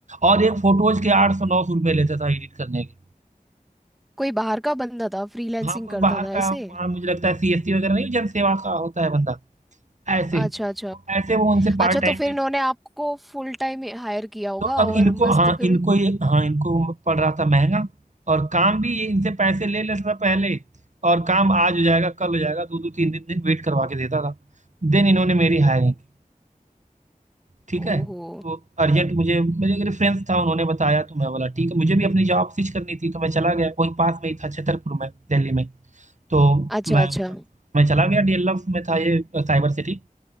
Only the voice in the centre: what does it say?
कोई बाहर का बंदा था फ्रीलैंसिंग
करता
था
ऐसे
अच्छा
अच्छा
अच्छा
तो फिर
इन्होंने आपको फुल टाइम हायर किया होगा
और
मस्त
फिर
ओहो
अच्छा
अच्छा